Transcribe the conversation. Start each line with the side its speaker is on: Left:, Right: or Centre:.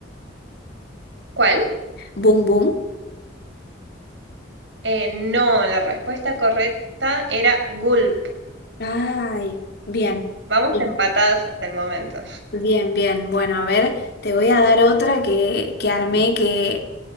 Right: ¿Cuál?
Left: Boom, boom.
Right: Eh, no, la respuesta correcta era Gulp.
Left: Ay, bien,
Right: Vamos
Left: bien,
Right: empatadas hasta el momento.
Left: bien, bien. Bueno, a ver, te voy a dar otra que, que armé que